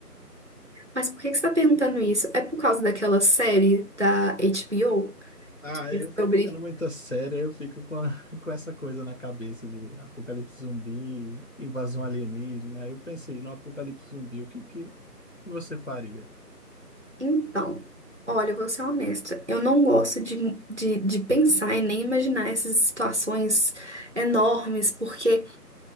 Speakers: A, on the right; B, on the left.
A: Mas por que que você está perguntando isso? É por causa daquela série da HBO
B: Ah, eu fico
A: sobre.
B: vendo muita série, eu fico com, a- <laughs> com essa coisa na cabeça de apocalipse zumbi, invasão alienígena. Eu pensei no apocalipse zumbi, o que que você faria?
A: Então, olha, eu vou ser honesta. Eu não gosto de, de, de pensar e nem imaginar essas situações enormes, porque